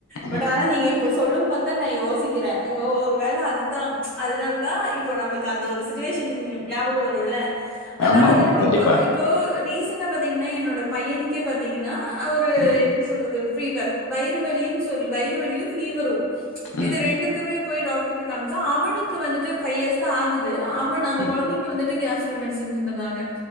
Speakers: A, on the left (about 75°); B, in the centre.
A: ம்.
B: பட் ஆனா நீங்க இப் இப்போ சொல்லும்போது தான் நான் யோசிக்கிறேன் ஓ ஒரு வேளை அதுதான் அதனால தான் இப்போது நம்மளுக்கு அந்த ஒரு சிச்சுவேஷன் ஞாபகம் வரும்ல ஆனா
A: ஆமாமா.
B: வந்துட்டு இப்ப
A: கண்டிப்பா.
B: இப்போ நீ ரீசன்டா பாத்தீங்கன்னா என்னோட பையனுக்கே பாத்தீங்கன்னா ஒரு
A: ம்.
B: எப்டி சொல் றது ஃபீவர் வயிறு வலியின்னு சொல் வயிறு வலியு ஃபீவரு
A: ம்.
B: இது ரெண்டுக்குமே போய் டாக் டர்ட்ட காம்ச்சா அவனுக்கு வந்துட்டு ஃபைவ் இயர்ஸ் தா ஆகுது அவன் அந்த
A: ம்.
B: கொழந்தைக்கு வந்துட்டு கேஸ் மெடிசன் தந்திர்றாங்க